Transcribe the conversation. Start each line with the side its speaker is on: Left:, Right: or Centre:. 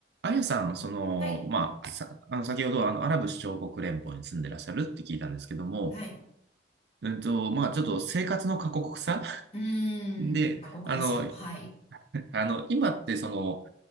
Right: あやさん、その、
Left: はい。
Right: まあ、さ、あの、先ほど、あの、アラブ首長国連邦に住んでらっしゃるって聞いたんですけども、
Left: はい。
Right: うんと、まあ、ちょっと生活の過酷さ <laughs>
Left: うーん。
Right: で、
Left: 過酷ですよ。
Right: あの、
Left: はい。
Right: あの、今って、その、